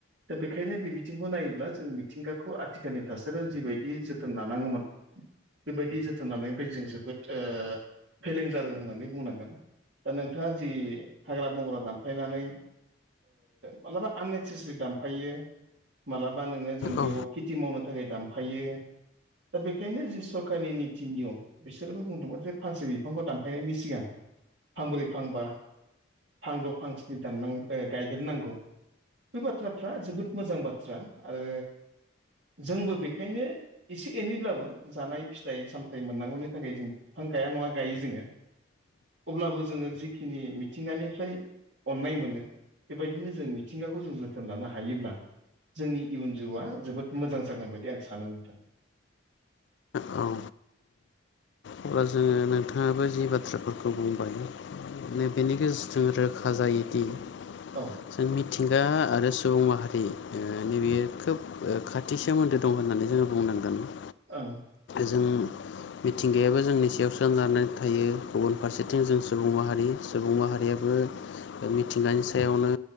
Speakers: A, on the right; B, on the left.
A: दा बेखायनो बे बिथिंखौ नायोब्ला जों मिथिंगाखौ आथिखालनि थासारियाव जिबायदि जोथोन लानांगौमोन बेबायदि जोथोन लानायनिफ्राय जों जोबोद फेलें जादों होननानै बुंनांगोन खोथा जि हाग्रा बंग्रा दामफायनानै मालाबा आननेसेसारि दामफायो मालाबा नोंङो जों बेयाव
B: औ
A: खेथि मावनो थाखाय दामफायो दा बेखायनो जि सरखारारनि नित नियम बिसोरबो बुंदोंमोन जे फांसे बिफांखौ दानफायनायनि सिगां फांब्रै फांबा फां द' फां सनि दान गायग्रोनांगौ बे बाथ्राफ्रा जोबोद मोजां बाथ्रा आरो जोंबो बेखायनो एसे एनैब्लाबो जानाय फिथाइ सामथायाइ मोननांगौनि थाखाय जों बिफां गाया नंङा गायो जोंङो अब्लाबो जोंङो जिखिनि मिथिंगानिफ्राय अननाय मोनो बेबायदिनो जों मिथिंगाखौ जों जोथोन लानो हायोब्ला जोंनि इयुन जिउआ जोबोद मोजां जागोन बायदि आं सानो नुदों
B: औ अब्ला जोंङो नोंथांङाबो जि बाथ्राफोरखौ बुंबाय बेनि गेजेरजों रोखा जायोदि
A: औ
B: जों मिथिंगा आरो सुबुं माहारि नै बेयो खोब खा खाथि सोमोन्दो दं होननानै जोंङो बुंनांदोंमोन
A: औ
B: जों मिथिंगायाबो जोंनि सायावसो लनानै थायो गुबुन फारसेथिं जों सुबुं माहारि सुबुं माहारियाबो मिथिंगानि सायावनो